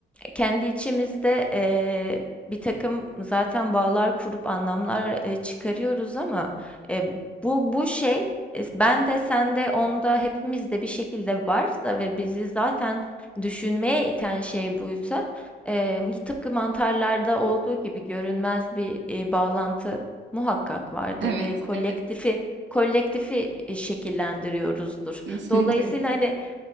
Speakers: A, in the centre; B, on the right (about 65°).
A: kendi içimizde eee bir takım zaten bağlar kurup anlamlar e, çıkarıyoruz ama e, bu bu şey e, ben de sen de onda hepimizde bir şekilde varsa ve bizi zaten düşünmeye iten şey buysa e, tıpkı mantarlarda olduğu gibi görünmez bir e, bağlantı muhakkak vardır
B: Evet,
A: ve kolektifi
B: evet,
A: kolektifi e, şekillendiriyoruzdur.
B: kesinlikle.
A: Dolayısıyla hani